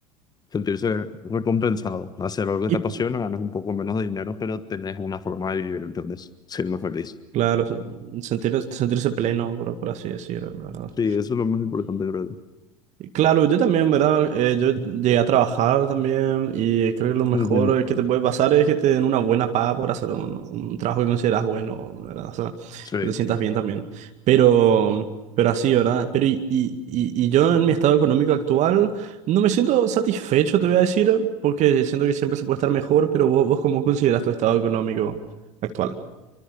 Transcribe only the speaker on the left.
sentirse recompensado. Hacer algo que
te apasiona, ganas un poco menos de dinero, pero tenés una forma de vivir, entonces, siendo feliz.
Sí, eso es lo más importante, creo. yo.
Mm,
Sí,